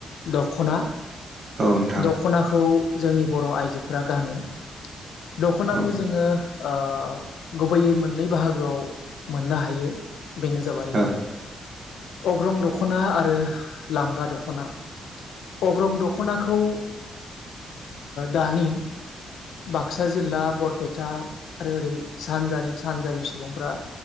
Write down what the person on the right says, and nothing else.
औ नोंथां
औ
औ